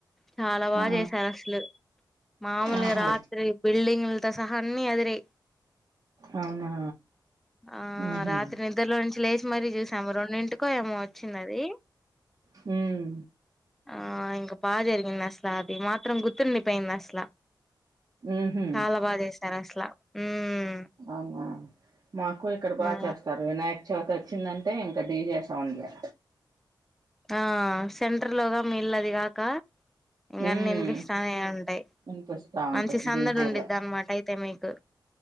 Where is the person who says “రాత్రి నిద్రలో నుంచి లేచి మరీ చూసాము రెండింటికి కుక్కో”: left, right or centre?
Centre